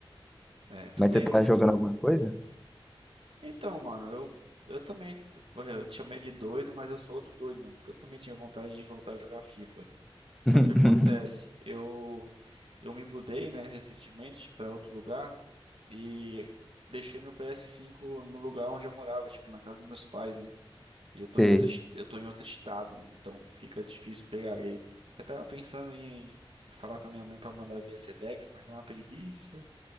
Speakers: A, on the right; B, in the centre.
A: é. Tu
B: Mas
A: tem
B: você tá
A: o.
B: jogando alguma coisa?
A: Então, mano, eu, eu também. porra, Eu te chamei de doido, mas eu sou outro doido, mano, porque eu também tinha vontade de voltar a jogar FIFA. Só
B: <laughs>
A: que o que acontece, eu, eu me mudei, né, recentemente pra outro lugar e deixei meu PS5 no lugar onde eu morava, tipo, na casa dos meus pais, né? E eu tô
B: Sei,
A: em outro, est- eu tô em outro estado, então fica difícil pegar ele. Eu tava pensando em falar com a minha mãe pra mandar via Sedex, mas dá uma preguiça.